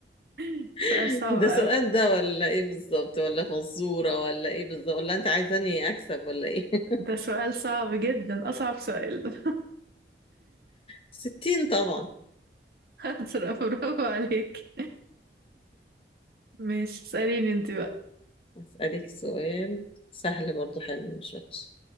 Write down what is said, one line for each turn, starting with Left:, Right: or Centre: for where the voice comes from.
Right: <laughs>
Left: <laughs>
Right: سؤال صعب
Left: ده
Right: أوي
Left: سؤال ده ولا ايه بالظبط ولا فزورة ولا ايه بالظبط ولا انت عايزاني اكسب ولا ايه <laughs>
Right: ده سؤال صعب جدا أصعب سؤال ده
Left: ستين طبعا
Right: <laughs> برافو عليك <laughs> ماشي اسأليني انت
Left: اسألك سؤال سهل برضو حلو مش وحش